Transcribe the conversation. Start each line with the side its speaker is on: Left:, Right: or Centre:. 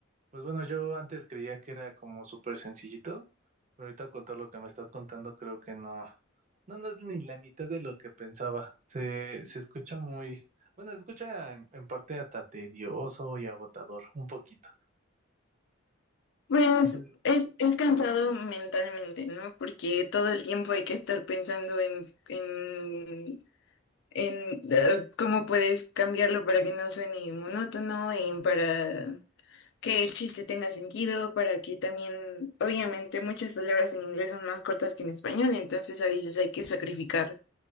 Right: Pues bueno, yo antes creía que era como súper sencillito, pero ahorita con todo lo que me estás contando creo que no, no, no es ni la mitad de lo que pensaba. Se, se escucha muy, bueno, se escucha en, en parte hasta tedioso y agotador, un poquito.
Left: Pues
Right: Pero-
Left: es, es cansado mentalmente, ¿no? Porque todo el tiempo hay que estar pensando en, en en eh, cómo puedes cambiarlo para que no suene monótono y para que el chiste tenga sentido, para que también, obviamente, muchas palabras en inglés son más cortas que en español, entonces a veces hay que sacrificar